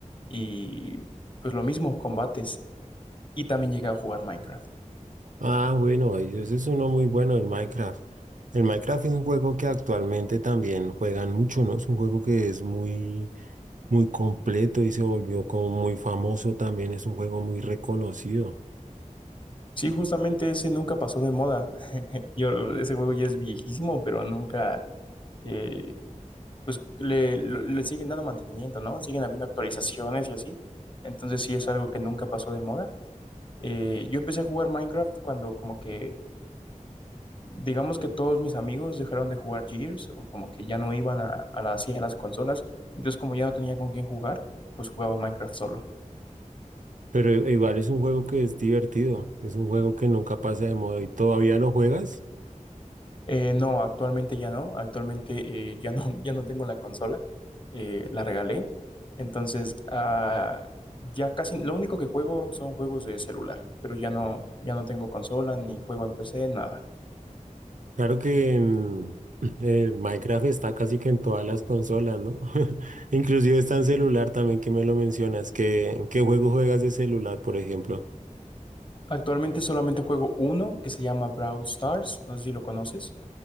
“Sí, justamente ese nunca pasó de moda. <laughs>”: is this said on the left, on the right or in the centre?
Left